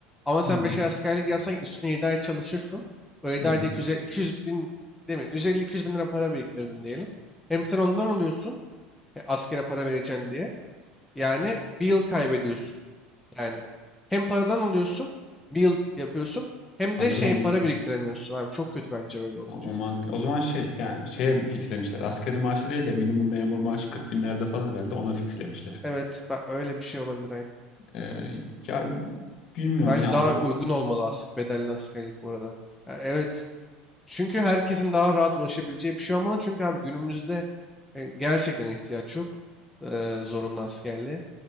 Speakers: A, in the centre; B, on the left.
A: Ama sen
B: Hı hı,
A: 5 ay askerlik yapsan üstüne 7 ay çalışırsın. O yedi
B: hı hı.
A: ayda 200, 200 bin değil mi? 150-200 bin lira para biriktirdin diyelim. Hem sen ondan alıyorsun. e, askere para vereceksin diye. Yani bir yıl kaybediyorsun. Yani hem paradan alıyorsun, bir yıl yapıyorsun hem
B: Anladım
A: de şey
B: anladım.
A: para biriktiremiyorsun abi. Çok kötü bence böyle olunca.
B: Tamam, o mantıklı. O zaman şey yani şeye fixlemişler. Asgari maaşı değil de minimum memur maaşı 40 binlerde falan herhalde ona fixlemişler.
A: Evet, ben, öyle bir şey olabilir aynen.
B: Ee, ya bilmiyorum
A: Bence
B: ya
A: daha
B: o
A: uygun olmalı as bedelli askerlik bu arada. Ya evet. Çünkü herkesin daha rahat ulaşabileceği bir şey olmalı. Çünkü abi günümüzde e, gerçekten ihtiyaç yok e, zorunlu askerliğe.